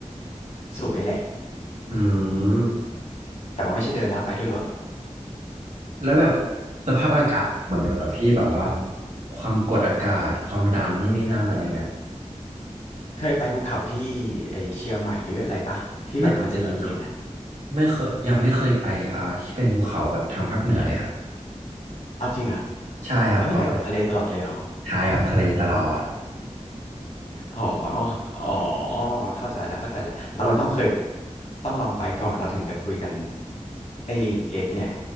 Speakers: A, on the left; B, on the right.
A: สูงเลยแหละ
B: อืม
A: แต่ว่าไม่ใช่เดินนะไปด้วยรถ
B: แล้วแบบสภาพอากาศเหมือนเดิมเหรอพี่แบบว่าความกดอากาศความดันนู่นนี่นั่นอะไรเงี้ย
A: เคยไปภูเขาที่ไอเชียงใหม่หรืออะไรปะที่แบบมันจะเย็นๆอ่ะ
B: ไม่เคยครับเนี่ยไม่เคยยังไม่เคยไปอ่าที่เป็นภูเขาแบบทางภาคเหนือเลยครับ
A: เอาจริงอ่ะ
B: ใช่ครับเพราะแบบ
A: เอานี่ไปแต่ทะเลตลอดเลยเหรอ
B: ใช่ครับทะเลตลอด
A: อ๋ออ๋อเข้าใจแล้วเข้าใจแล้วเราก็ต้องเคย
B: เออ
A: ต้องลองไปก่อนเราถึงจะคุยกันไอเกตไง